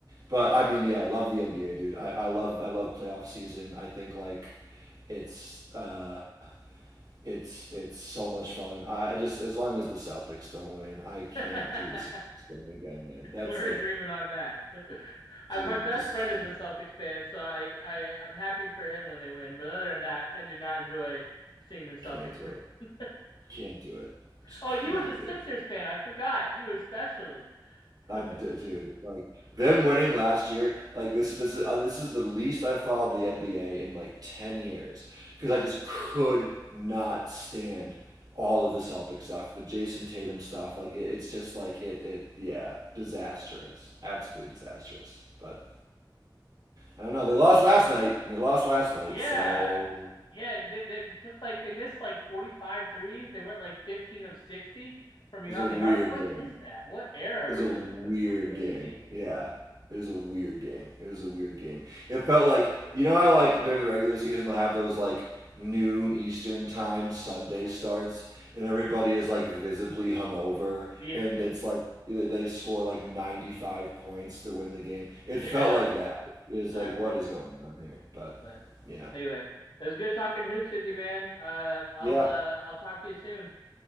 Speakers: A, on the right; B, on the left.
A: but I mean, yeah, I love the NBA, dude. I, I love I love playoff season. I think like it's uh, it's it's so much fun. I, I just as long as the Celtics don't win, I can't
B: <laughs>
A: do the Celtics winning again, man. That's
B: We're
A: like,
B: in agreement on that. <laughs> I,
A: dude,
B: my best
A: just
B: friend
A: can't
B: is a Celtics fan, so I, I I'm happy for him when they win. But other than that, I do not enjoy seeing the Celtics
A: can't do
B: win.
A: it.
B: <laughs>
A: Can't do it. Just
B: oh,
A: cannot
B: you was a Sixers
A: do it.
B: fan. I forgot you especially. <laughs>
A: I'm d dude, like them winning last year, like this is this is uh, this is the least I've followed the NBA in like 10 years because I just could not stand all of the Celtic stuff, the Jason Tatum stuff. Like it, it's just like it it yeah, disastrous. Absolutely
B: Yeah.
A: disastrous. But I don't know. They lost last night and they lost last night,
B: Yeah.
A: so
B: Yeah, they they took like they missed like 45 threes. They went like 15 of 60 from beyond
A: it was a weird
B: the arc. What
A: game.
B: is that? What era are
A: It was
B: we
A: a
B: living
A: weird
B: in? That's crazy.
A: game. Yeah. It was a weird game. It was a weird game. It felt like you know how like during the regular season they'll have those like noon Eastern time Sunday starts and everybody is like visibly hungover
B: Yeah.
A: and
B: <laughs>
A: it's like they score like 95 points to win the game. It
B: Yeah,
A: felt like that. It was
B: exactly.
A: like what is going on here? But
B: But
A: yeah.
B: anyway, it was good talking hoops with you, man. Uh I'll
A: Yeah.
B: uh I'll talk to you soon.